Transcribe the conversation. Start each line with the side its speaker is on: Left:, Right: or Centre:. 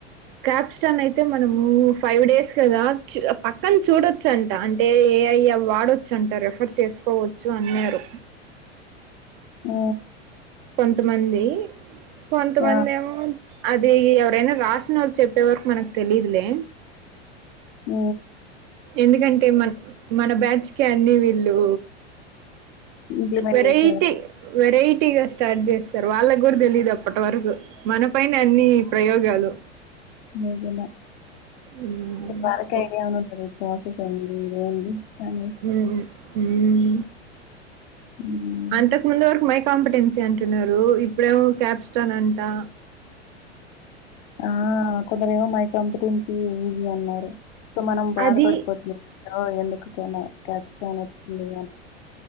Right: క్యాప్ స్టన్ అయితే మనము ఫైవ్ డేస్ గదా చి పక్కన చూడొచ్చన్ అంటే ఏ ఐ వాడొచ్చు అంట రెఫర్ చేసుకోవచ్చు అన్నారు.
Left: ఊ
Right: కొంతమంది కొంతమంది
Left: ఆ,
Right: ఏమో అది ఎవరైనా రాసిన వోళ్ళు చెప్పే వరకు మనకు తెలీదులే
Left: ఊ
Right: ఎందుకంటే మన మన బ్యాచ్ కి అన్నీ వీళ్ళు
Left: ఇంప్లిమెంట్
Right: వెరైటీ
Left: చేశారు
Right: వెరైటీగా స్టార్ట్ జేస్తారు. వాళ్ళకి గూడ తెలీదు అప్పటి వరకు మన పైన అన్ని ప్రయోగాలు.
Left: నిజమే
Right: ఉమ్,
Left: వాళ్ళకి ఐడియా అని ఉంటది. ప్రొసెస్ అయింది ఇదేంది అని
Right: ఉహు ఊ
Left: ఉమ్
Right: అంతకు ముందు వరకు మై కాంపిటెన్సీ అంటున్నారు. ఇప్పుడేమో క్యాప్స్టాన్ అంటా!
Left: ఆ కొందరేమో మై కంపిటెన్సీ ఈజీ అన్నారు. సో మనం బాధపడిపోతు
Right: అది
Left: ఆ ఎందుకు తినవ్ క్యాప్స్టాన్ అయితే అని